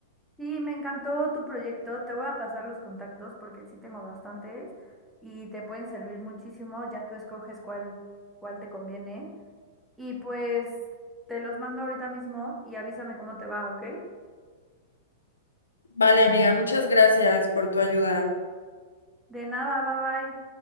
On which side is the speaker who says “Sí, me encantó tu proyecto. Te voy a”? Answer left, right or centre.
Centre